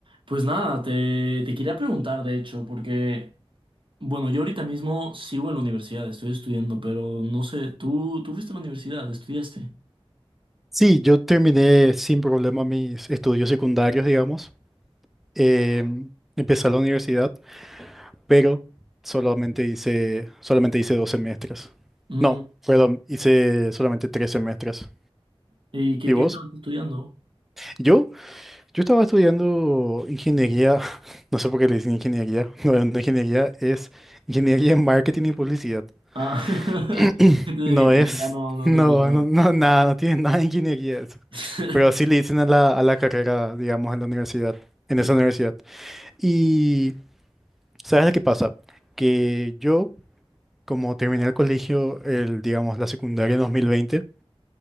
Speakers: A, on the right (about 55°); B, in the centre.
A: Pues nada, te, te quería preguntar, de hecho, porque, bueno, yo ahorita mismo sigo en la universidad, estoy estudiando, pero no sé, ¿tú, tú fuiste a la universidad, estudiaste?
B: Sí, yo terminé sin problema mis estudios secundarios, digamos. Em, empecé a la universidad, pero solamente hice, solamente hice dos semestres.
A: Mm,
B: No, perdón, hice solamente tres semestres.
A: ¿y qué,
B: ¿Y
A: qué
B: vos?
A: estabas estudiando?
B: Yo, yo estaba estudiando ingeniería, <laughs> no sé por qué le dicen ingeniería, <laughs> no, no ingeniería, es ingeniería en marketing y publicidad.
A: Ah,
B: <clears throat>
A: <laughs> entonces
B: No
A: de ingeniería
B: es,
A: no,
B: <laughs>
A: no
B: no,
A: tengo claro.
B: no, no, nada, no tiene <laughs> nada de ingeniería eso.
A: <laughs>
B: Pero sí le dicen a la, a la carrera, digamos, a la universidad, en
A: Mm,
B: esa universidad. Y, ¿sabes lo que pasa? Que yo, como terminé el colegio, el, digamos, la secundaria en 2020,